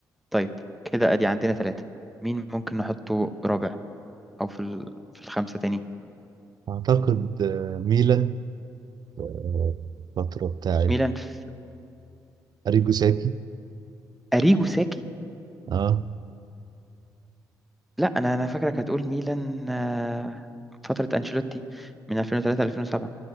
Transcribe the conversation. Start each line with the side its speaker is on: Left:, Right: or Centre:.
Centre: طيب كده ادي عندنا ثلاثة مين ممكن نحطه رابع او في ال- في الخمسة تاني
Right: أعتقد آه، ميلان آه، الفترة بتاعت
Centre: ميلان ف-
Right: أريجو ساكي
Centre: اريجو ساكي
Right: اه
Centre: لا انا انا فاكرك هتقول ميلان آه، فترة انشيلوتي من 2003 ل 2007